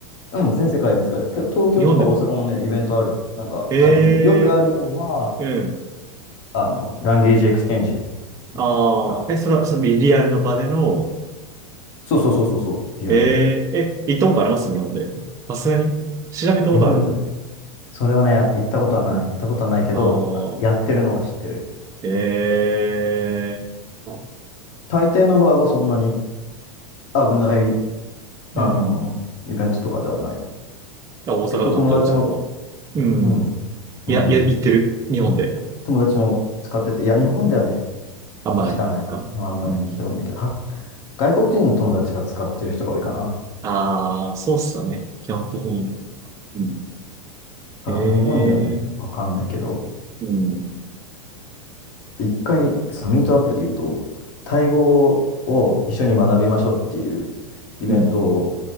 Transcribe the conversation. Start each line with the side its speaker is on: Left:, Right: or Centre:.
Left: うん、全世界で使える。結構東京とか大阪もね、
Right: 日本でも。
Left: イベントあるよ。なんか、
Right: え
Left: あの、よくあるのは、
Right: えーうん。
Left: あの、ランゲージエクスチェンジ。
Right: ああ、
Left: あ
Right: え、それは、そのリアルの場での、
Left: そうそうそうそうそう、リアルで。
Right: ええーえ、行ったことあります日本で。さすがに。調べたことあるぐらい。
Left: 日本、それはね、行ったことはない。
Right: うん。
Left: 行ったことはないけど、
Right: あ
Left: あやってるのは知ってる。
Right: あ、ええー
Left: 大抵の場合はそんなに危ない、
Right: うん。
Left: あのーイベントとかではない。
Right: あ大阪とかだったら、
Left: 結構友達も、
Right: そこ。うん。
Left: うん、
Right: いや、
Left: うん、
Right: いや、行ってる。日本で。
Left: 友達も使ってて、いや、日本ではね、
Right: あんまないか。
Left: 知らない。あんまり聞いたことないけど、
Right: うん。
Left: は、外国人の友達が使ってる人が多いかな。
Right: ああ、そうっすよね。基本的に。うん
Left: ああんま日本ではね、
Right: ええ
Left: わかんないけど、
Right: うん、
Left: 一回、そのミートアップで言うと、タイ語を一緒に学びましょうっていうイベント
Right: うん、